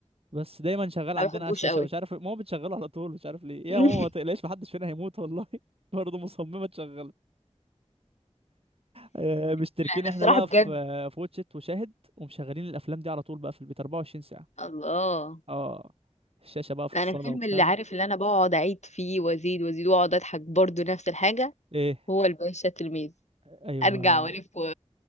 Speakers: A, on the right; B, on the left.
A: بس دايما شغال
B: ما
A: عندنا
B: بحبوش
A: على الشاشه
B: قوي
A: مش عارف ماما بتشغله على طول مش عارف ليه يا
B: <laughs>
A: ماما ما تقلقش محدش فينا هيموت والله <laughs> برضه مصممه تشغله آه، مشتركين
B: لا انا
A: احنا
B: الصراحه
A: بقى
B: بجد
A: في آه، في واتشت وشاهد ومشغلين الافلام دي على طول بقى في البيت 24 ساعه
B: الله
A: اه الشاشه بقى في
B: لا
A: الصاله
B: انا الفيلم
A: وبتاع
B: اللي عارف اللي انا بقعد اعيد فيه وازيد وازيد واقعد اضحك برضو نفس الحاجه
A: ايه
B: هو الباشا تلميذ
A: ايوه
B: ارجع والف و...